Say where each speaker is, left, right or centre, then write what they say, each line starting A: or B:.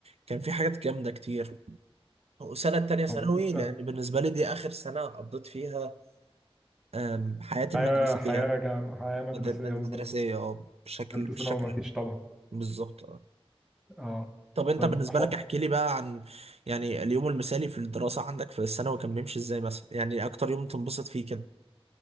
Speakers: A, on the right; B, in the centre.
A: كان في حاجات جامده كتير وسنه تانية ثانوي
B: هو بالنسبة
A: لان بالنسبه لي دي اخر سنه قضيت فيها آم، حياتي
B: حياة
A: المدرسيه
B: حياة جام... حياة مدرسية
A: مد- مد-
B: بالظبط
A: مدرسيه اه بشكل
B: تالتة
A: بشكل
B: ثانوي ما فيش طبعا
A: بالظبط اه
B: اه
A: طب انت
B: طيب
A: بالنسبه
B: حاضر
A: لك احكي لي بقى عن يعني اليوم المثالي في الدراسه عندك في الثانوي كان بيمشي ازاي مثلا يعني اكتر يوم تنبسط فيه كده